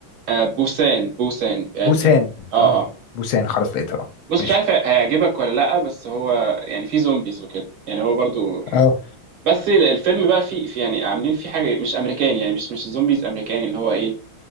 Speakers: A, on the right; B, on the left.
A: آه بوسان بوسان اه
B: بوسان
A: اه
B: اه
A: آه.
B: بوسان خلاص لقيتها اه
A: بص
B: ماشي
A: مش عارف هيعجبك ولا لا بس هو يعني في زومبيز وكده يعني هو برضو ح-
B: اه
A: بس الفيلم بقى في في يعني عاملين فيه حاجه مش امريكاني يعني مش مش زومبيز امريكاني اللي هو ايه